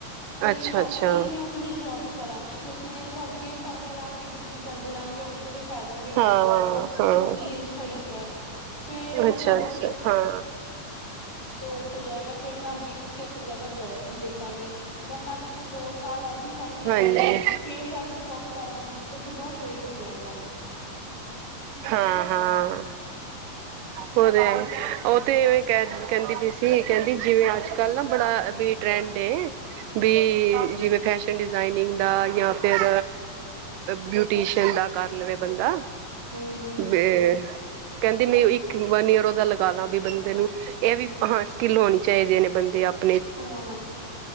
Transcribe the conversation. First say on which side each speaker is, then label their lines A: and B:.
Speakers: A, on the right; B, on the right.
A: ਤੇ
B: ਅੱਛਾ
A: ਬਾਕੀ
B: ਅੱਛਾ
A: ਮੈਂ ਆਪਣੀ ਜੋਬ ਹੀ ਕਰਾਂਗੇ ਕਿਉਂਕਿ ਦੇਖੋ ਅੱਗੇ ਪੜ੍ਹਦੇ ਰਹਾਂਗੇ ਡਿਗਰੀ ਕਰਦੇ ਰਹਾਂਗੇ ਉਦ ਤੋਂ ਕੋਈ ਫਾਇਦਾ ਨੀ
B: ਹਾਂ
A: ਹੈ ਬੰਦੇ ਨੂੰ
B: ਹਾਂ
A: ਐਕਸਪੀਰੀਅੰਸ ਚਾਹੀਦਾ ਹੈ ਫੇਰ
B: ਅੱਛਾ
A: ਦੋ
B: ਅੱਛਾ ਹਾਂ
A: ਦੋ ਤੇ ਹੋ <unintelligible> ਜਾਏਗਾ ਫੇਿਰ ਮੈਂ ਅੱਗੇ ਕਿਸੇ ਅੱਛੀ ਜਗ੍ਹਾ ਜੋਬ ਵੀ ਦੇਖਾਂਗੀ ਵਰਨਾ ਅਗਰ ਮੈਂ ਦੋ ਸਾਲ ਐਵੀ ਪੜ੍ਹਦੀ
B: ਹਾਂਜੀ
A: ਰਹੀ ਫੇਰ ਜਾ ਕੇ ਜੋਬ ਕਰਾਂਗੀ ਤੇ ਫਿਰ ਬਹੁਤ ਲੇਟ ਹੋ ਜਾਏਗਾ
B: ਹਾਂ ਹਾਂ ਹੋ ਰਿਹਾ ਉਹ ਤੇ ਐਵੇਂ ਕਹਿੰਦੀ ਵੀ ਸੀ ਕਹਿੰਦੀ ਜਿਵੇਂ ਅੱਜ ਕੱਲ ਨਾ ਬੜਾ ਬੀ ਟਰੈਂਡ ਹੈ ਵੀ ਜਿਵੇਂ ਫੈਸ਼ਨ ਡਿਜ਼ਾਇਨਿੰਗ ਦਾ ਜਾਂ ਫਿਰ ਬਿਊਟੀਸ਼ਨ ਦਾ ਕਰ ਲਵੇ ਬੰਦਾ
A: ਹਮ
B: ਵ ਕਹਿੰਦੇ ਮੈਂ ਇੱਕ ਵਨ ਈਅਰ ਉਹਦਾ ਲਗਾ ਲਾ ਵੀ ਬੰਦੇ ਨੂੰ ਇਹ ਵੀ ਹਾਂ ਸਕਿੱਲ ਹੋਣੀ ਚਾਹੀਦੀ ਨੇ ਬੰਦੇ ਆਪ
A: ਹਾਂ